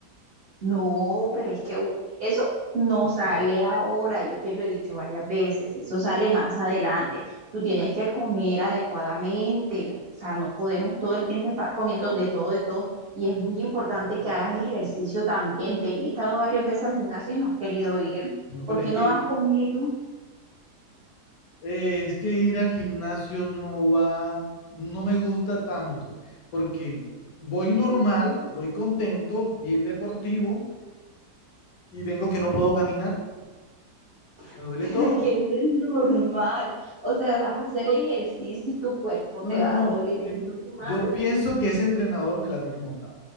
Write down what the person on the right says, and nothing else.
No, pero es que uh, eso no sale ahora, yo te lo he dicho varias veces, eso sale más adelante. Tú tienes que comer adecuadamente, o sea, no podemos todo el tiempo estar comiendo de todo, de todo. Y es muy importante que hagas ejercicio también. Te he invitado varias veces al gimnasio y no has querido ir.
¿Por
qué
no
vas conmigo?
<laughs>
Pero
es que eso es normal. O sea, vas a hacer ejercicio y tu cuerpo
te
va
a doler, es
normal.